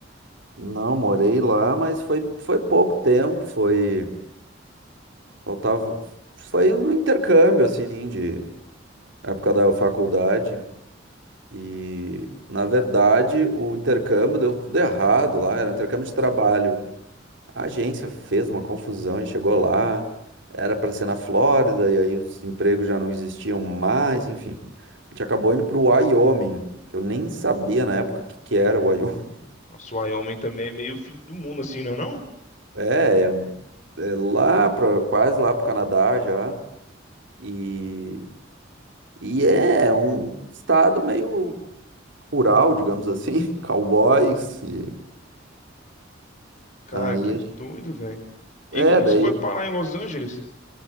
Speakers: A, on the right (about 65°); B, on the left (about 40°).
A: Não, morei lá, mas foi, foi pouco tempo, foi, faltava, foi um intercâmbio, assim, de época da faculdade. E, na verdade, o intercâmbio deu tudo errado lá, era um intercâmbio de trabalho. A agência fez uma confusão, a gente chegou lá, era para ser na Flórida, e aí os empregos já não existiam mais, enfim. A gente acabou indo para o Wyoming, que eu nem sabia na época o que que era o Wyoming. <laughs>
B: Nossa, o Wyoming também é meio fim do mundo, assim, não é não?
A: É, é, é lá para quase lá para o Canadá já, e, e é é um estado meio rural, digamos assim, <laughs> cowboys, e
B: Cara,
A: aí
B: que
A: a gente-
B: doido, velho. E
A: é,
B: como
A: daí
B: que você foi parar em Los Angeles?